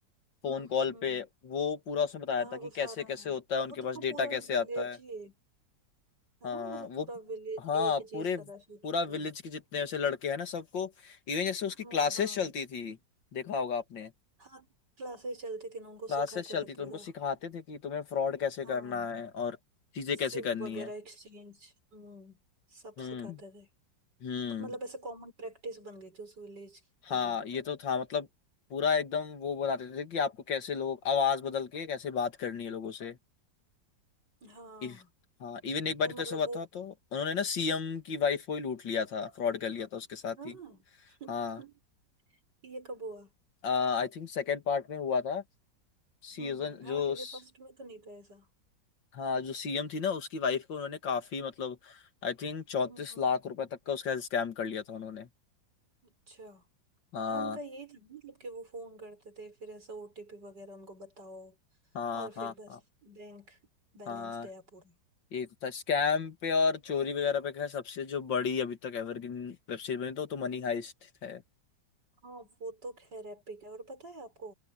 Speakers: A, on the left (about 80°); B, on the right (about 65°).
A: फोन
B: हम्म
A: कॉल
B: हम्म हम्म।
A: पे वो पूरा उसमें बताया
B: हाँ
A: था
B: वो
A: कि कैसे
B: सारा
A: कैसे होता है उनके
B: वो देखो
A: पास डेटा
B: पूरा
A: कैसे
B: विलेज
A: आता है
B: ही है है
A: हाँ
B: ना मतलब
A: वो
B: पूरा विलेज
A: हाँ
B: एक ही
A: पूरे
B: चीज कर रहा है
A: पूरा
B: सोचो
A: विलेज के जितने वैसे लड़के हैं ना सबको इवन जैसे उसकी
B: हाँ
A: क्लासेस
B: हाँ
A: चलती थी देखा होगा आपने
B: हाँ क्लासेस चलती थी ना उनको
A: क्लासेस
B: सिखाते
A: चलती
B: थे
A: तो
B: पूरा
A: उनको सिखाते थे कि तुम्हें फ्रॉड कैसे
B: हाँ
A: करना है और चीजें
B: सिम
A: कैसे करनी
B: वगैरह
A: है
B: एक्सचेंज हम्म सब
A: हम्म
B: सिखाते थे
A: हम्म
B: मतलब ऐसे कॉमन प्रैक्टिस बन गई थी उस विलेज की
A: हाँ
B: ये
A: ये तो था मतलब पूरा एकदम वो बताते थे कि आपको कैसे लोग आवाज बदल के कैसे बात करनी है लोगों से
B: हाँ
A: इ, हाँ इवन एक बार
B: और
A: तो
B: मतलब
A: ऐसा हुआ
B: वो
A: था तो उन्होंने ना सीएम की वाइफ को ही लूट लिया था फ्रॉड कर लिया था उसके साथ
B: हाँ
A: ही
B: <laughs>
A: हाँ
B: ये कब हुआ
A: आई थिंक सेकेंड पार्ट में हुआ था सीजन
B: हम्म हम्म
A: जो
B: हाँ क्योंकि
A: स-
B: फर्स्ट में तो नहीं था ऐसा
A: हाँ जो सीएम थी ना उसकी वाइफ को उन्होंने काफी मतलब आई थिंक चौंतीस
B: हम्म हम्म
A: लाख रुपए तक का उसका स्कैम कर लिया था उन्होंने
B: अच्छा
A: हाँ
B: हाँ उनका यही था ना, मतलब कि वो फोन करते थे फिर ऐसा ओटीपी वगैरह उनको बताओ
A: हाँ
B: और
A: हाँ
B: फिर बस
A: हाँ
B: बैंक बैलेंस
A: हाँ
B: गया पूरा
A: ये तो था स्कैम पे और चोरी वगैरह पे क्या सबसे जो बड़ी अभी तक एवरग्रीन वेब सीरीज बनी तो, तो मनी हाइस्ट है
B: हाँ वो तो खैर एपिक है और पता है आपको